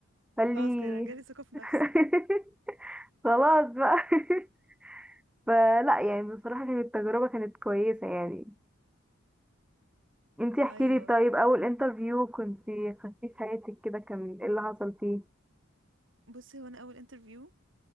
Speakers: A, in the centre; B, on the right.
A: قال
B: خلاص
A: لي
B: كده انا جالي ثقة في
A: <laughs>
B: نفسي
A: خلاص بقى <laughs> فلا يعني بصراحة كانت التجربة كانت كويسة يعني انتي
B: ايوه
A: احكي لي طيب
B: فعلا
A: اول انترفيو كنتي خدتيه في حياتك كده كان ايه اللي حصل فيه
B: بصي هو انا اول انترفيو